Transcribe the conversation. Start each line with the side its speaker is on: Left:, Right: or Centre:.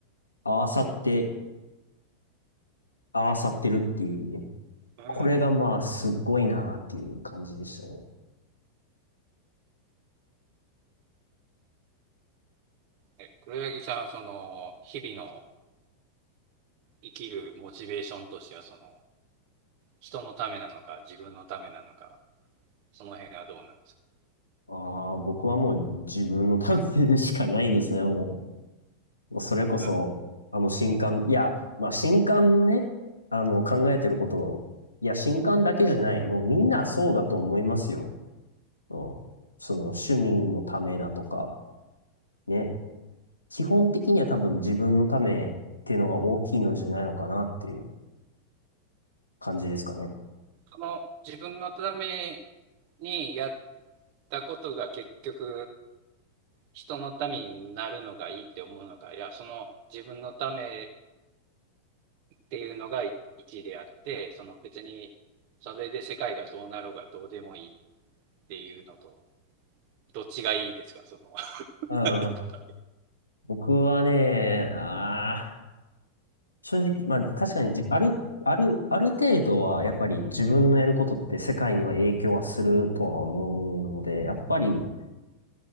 Left: 合わさって、合わさってるっていうね。
Right: うん。
Left: これがまあ、すっごいなっていう感じでしたね。
Right: え、黒柳さんはその、日々の生きるモチベーションとしては、その、人のためなのか、自分のためなのか、その辺はどうなんですか
Left: ああ、僕はもう自分のためでしかないですね、もう。もうそれこそ、
Right: なる
Left: あの新刊、いや、まあ新刊ね、あの考えてることを、いや、新刊だけじゃない、もうみんなそうだと思いますよ。うん。その趣味のためだとか、ね。基本的には多分自分のためっていうのが大きいのじゃないのかなっていう感じですかね。
Right: その自分のためにやったことが結局人のためになるのがいいって思うのか、いや、その自分のためっていうのが一一であって、その別にそれで世界がどうなろうがどうでもいいっていうのと、どっちがいいですか、その <laughs>、
Left: うん。
Right: なんていうか、
Left: 僕はね、ああ、正直、まあ確かにじ、ある、ある、ある程度はやっぱり自分のやることって世界には影響はするとは思うので、やっぱり